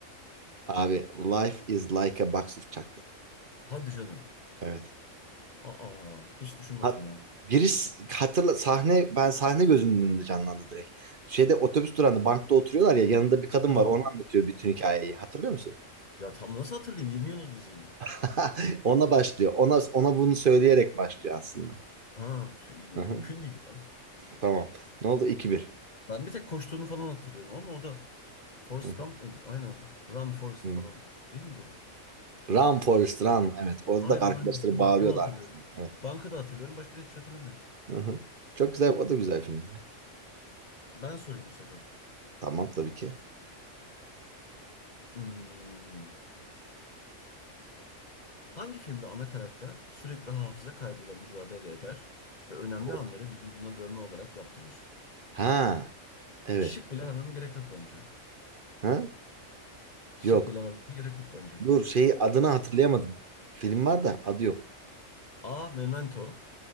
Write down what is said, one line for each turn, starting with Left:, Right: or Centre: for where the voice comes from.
Right: Abi life is like a box of chocolate.
Left: Hadi canım.
Right: Evet.
Left: Aa, hiç düşünmezdim
Right: Hat
Left: ha.
Right: giriş hatırla sahne ben sahne gözümün önünde canlandı direkt. Şeyde otobüs durağında bankta oturuyorlar ya yanında bir kadın
Left: Tamam.
Right: var onu anlatıyor bütün hikayeyi. Hatırlıyor musun?
Left: Ya tam nasıl hatırlayayım? 20 yıl oldu izleyeli.
Right: <laughs> Ona başlıyor. Ona ona bunu söyleyerek başlıyor aslında.
Left: Ha, mümkün
Right: Hı hı.
Left: değil ya.
Right: Tamam. Ne oldu? 2 bir.
Left: Ben bir tek koştuğunu falan hatırlıyorum ama o da Forrest
Right: Hı hı.
Left: Gump mıydı? Aynen. Run Forrest
Right: Hı.
Left: falan. Değil miydi o?
Right: Run Forrest Run. Evet. Orada
Left: Aynen
Right: da arkadaşları
Left: aynen. Tamam,
Right: bağırıyordu
Left: onu hatırlıyorum.
Right: arkasında. Evet.
Left: Bankada hatırlıyorum. Başka da hiçbir şey hatırlamıyorum.
Right: Hı hı. Çok güzel. O da güzel filmdi.
Left: Ben sorayım bu sefer.
Right: Tamam tabii ki.
Left: Hmm. Hangi filmde ana karakter sürekli hafıza kaybıyla mücadele eder ve önemli
Right: O.
Left: anları vücuduna dövme olarak yaptırır?
Right: Ha. Evet.
Left: Şık bile vermeme gerek yok bence.
Right: Ha?
Left: Şık
Right: Yok.
Left: bile vermeme gerek yok bence.
Right: Dur şeyi adını hatırlayamadım. Film var da adı yok.
Left: A. Memento